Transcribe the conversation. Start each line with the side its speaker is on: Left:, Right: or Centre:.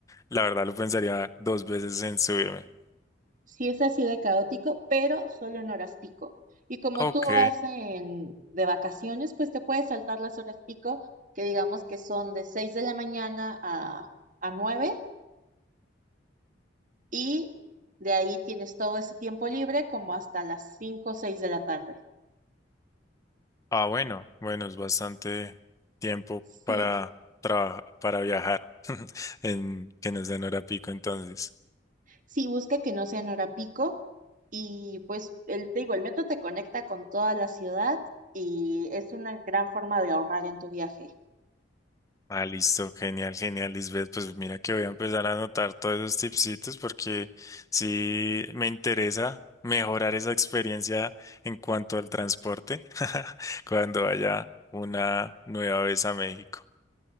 Left: la verdad lo pensaría dos veces en subirme.
Right: Sí es así de caótico, pero solo en horas pico. Y como
Left: Ok.
Right: tú vas en- de vacaciones, pues te puedes saltar las horas pico, que digamos que son de 6 de la mañana a, a 9, y de ahí tienes todo ese tiempo libre como hasta las 5 o 6 de la tarde.
Left: Ah, bueno, bueno, es bastante tiempo
Right: Sí,
Left: para traba- para viajar <laughs> en que no sea en hora pico entonces.
Right: sí, busca que no sea en hora pico. Y pues el, te digo, el metro te conecta con toda la ciudad y es una gran forma de ahorrar en tu viaje.
Left: Ah, listo, genial, genial, Lisbeth. Pues mira que voy a empezar a anotar todos esos tipsitos porque sí me interesa mejorar esa experiencia en cuanto al transporte <laughs> cuando vaya una nueva vez a México.